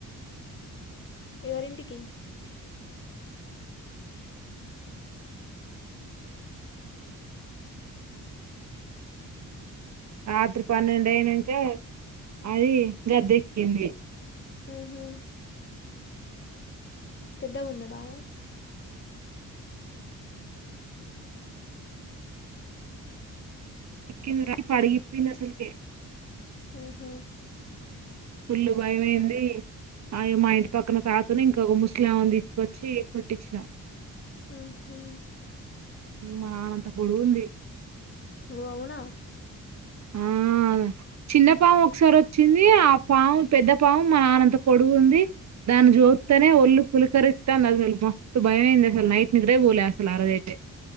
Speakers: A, on the left; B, on the right.
A: ఎవరింటికి
B: రాత్రి పన్నెండు అయినాక అది గద్దెక్కింది
A: ఉహుమ్ పెద్దగుందా బాగా
B: ఎక్కింది పడిగిప్పింది అసలుకే
A: అహా
B: పుళ్ల్ళు భయమైంది ఆ మా ఇంటి పక్కన తాతని ఇంకొక ముస్లిఆమెను తీసుకొచ్చి కొట్టించినా
A: ఊహూ
B: మానంత పొడువు ఉంది
A: ఓ అవునా
B: ఆ చిన్న పాము ఒకసారి వచ్చింది ఆ పాము పెద్ద పాము మా నాన్నంత పొడుగు ఉంది. దాన్ని చూత్తేనే
A: ఉమ్.
B: ఒల్లు పులు కరుత్తాందసలు మస్తు భయమైంది అసలు నైట్ నిద్రే పోలే అసలు ఆరోజైతే.